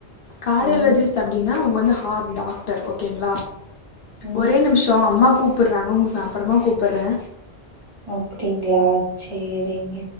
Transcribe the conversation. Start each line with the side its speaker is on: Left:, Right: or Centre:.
Left: கார்டியோலெஜிஸ்ட்
Right: ம்
Left: அப்டின்னா அவுங்க வந்து ஆர் டாக்டர் ஓகேங்ளா
Right: ம்
Left: ஒரே நிமிஷோ அம்மா கூப் ப்புட்றாங்க உங்குள்கு நா அப்பறமா கூப்புட்றே
Right: அப்டிங்க்ளா சேரிங்க